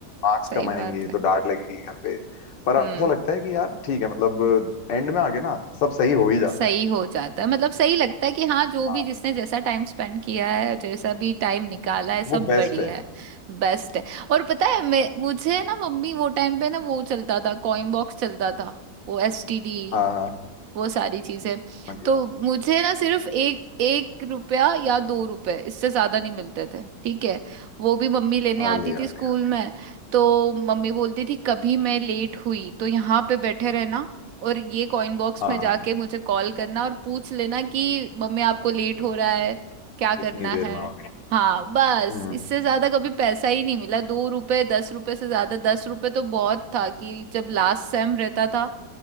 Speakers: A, on the left; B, on the right.
A: मार्क्स
B: सही
A: कमाएंगे
B: बात
A: तो
B: है
A: डांट लगेगी घर पे पर अब
B: हम्म
A: ऐसा लगता है कि यार ठीक है मतलब एंड में आके ना सब सही हो ही जाता
B: सही
A: है
B: हो जाता है मतलब सही लगता है कि हाँ जो
A: हाँ
B: भी जिसने जैसा टाइम स्पेंड किया है जैसा भी टाइम निकाला है सब
A: वो बेस्ट
B: बढ़िया
A: है
B: है बेस्ट है और पता है मैं मुझे ना मम्मी वो टाइम पे ना वो चलता था कॉइन बॉक्स चलता था वो एसटीडी
A: हाँ हाँ
B: वो सारी चीजें
A: समझ गया
B: तो मुझे ना सिर्फ एक एक रुपया या दो रुपए इससे ज्यादा नहीं मिलते थे ठीक है वो भी मम्मी लेने
A: ओले
B: आती थी
A: ओले
B: स्कूल
A: ओले।
B: में तो मम्मी बोलती थी कभी मैं लेट हुई तो यहाँ पे बैठे रहना और ये कॉइन बॉक्स
A: हाँ
B: में जाके मुझे कॉल करना और पूछ लेना कि मम्मी आपको लेट हो रहा है क्या करना
A: इतनी देर
B: है
A: में हो गई
B: हाँ बस
A: हम्म
B: इससे ज्यादा कभी पैसा ही नहीं मिला दो रुपए दस रुपए से ज्यादा दस रुपए तो बहुत था कि जब लास्ट सेम रहता था